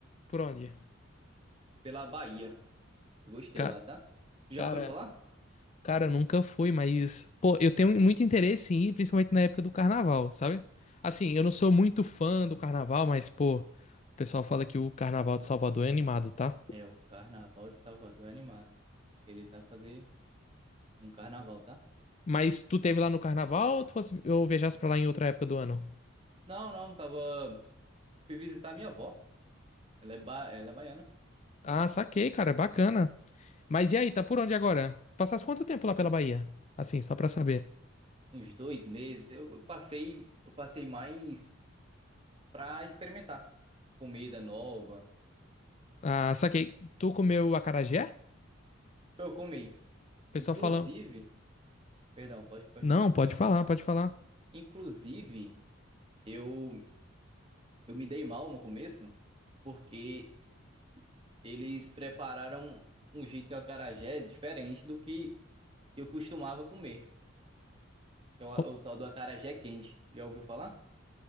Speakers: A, on the left; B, on the right.
A: Por onde?
B: Pela Bahia. Eu gostei
A: Ca-
B: lá, tá? Tu já
A: cara,
B: foi por lá?
A: cara, eu nunca fui, mas, pô, eu tenho muito interesse em ir, principalmente na época do carnaval, sabe? Assim, eu não sou muito fã do carnaval, mas, pô, o pessoal fala que o carnaval de Salvador é animado, tá?
B: É, o Carnaval de Salvador é animado. Ele sabe fazer um carnaval, tá?
A: Mas tu teve lá no carnaval ou tu fosse, eu viajasse pra lá em outra época do ano?
B: Não, não, tava... Fui visitar minha avó. Ela é, ba... Ela é baiana.
A: Ah, saquei, cara, bacana. Mas e aí, tá por onde agora? Passaste quanto tempo lá pela Bahia? Assim, só pra saber.
B: uns dois meses, eu eu passei, eu passei mais para experimentar comida nova.
A: Ah, saquei. Tu comeu acarajé?
B: pra Eu comi.
A: O pessoal
B: Inclusive,
A: fala.
B: perdão, pode, pode,
A: Não, pode
B: pode
A: falar,
B: continuar.
A: pode falar.
B: Inclusive, eu, eu me dei mal no começo porque eles prepararam um jeito de acarajé diferente do que eu costumava comer, que é o,
A: Bom,
B: o tal do acarajé quente. Já ouviu falar?